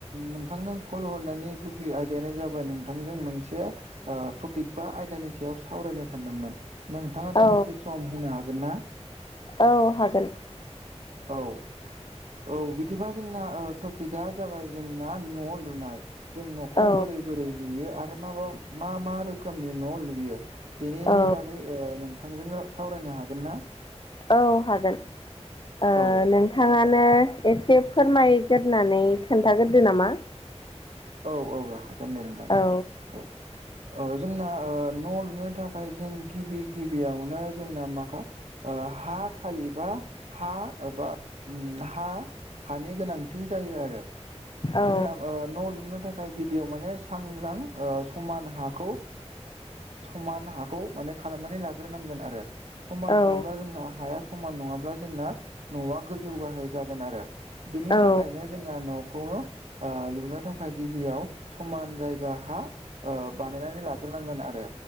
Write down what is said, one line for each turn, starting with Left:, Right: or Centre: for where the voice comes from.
Right: नोंथांनो कल हरनायनि गुबै आयदायानो जाबाय नोंथांजों मोनसे ओ टपिक बा आयदानि सायाव सावरायनो सानदोंमोन नोंथाङा दान्दिसे
Left: औ
Right: सम होनो हागोन ना
Left: औ हागोन
Right: औ औ बिदिबा जोंना टपिकआ जाबाय जोंना न' लुनाय जों न'खौ
Left: औ
Right: बोरै बोरै लुयो आरो माबा मा मा रोखोमनि न' लुयो बेनि
Left: औ
Right: बागै ओ नोंथांजों सावरायनो हागोन ना
Left: औ हागोन ओ नों
Right: औ
Left: नोंथाङानो एसे फोरमायगोरनानै खोन्थाग्रोदो नामा
Right: औ औ हागोन दे नोंथां
Left: औ
Right: औ ओ जोंना ओ न' लुनो थाखाय जों गिबि गिबियावनो जोंना माखा हा खालिबा हा एबा हा हानि गोनांथि जायो आरो
Left: औ
Right: जोंना न' लुनो थाखाय गिबियाव माने सांग्रां समान हाखौ समान हाखौ माने खालामनानै लाग्रोनांगोन आरो समान
Left: औ
Right: नङाब्ला
Left: औ
Right: जोंना हाया समान नङाब्ला जोंना न'आ गोजौ गाहाय जागोन आरो बिनि
Left: औ
Right: थाखायनो जोंहा न'खौ लुनो थाखाय थाखाय गिबियाव समान जायगा हा बानायनानै लाग्रोनांगोन आरो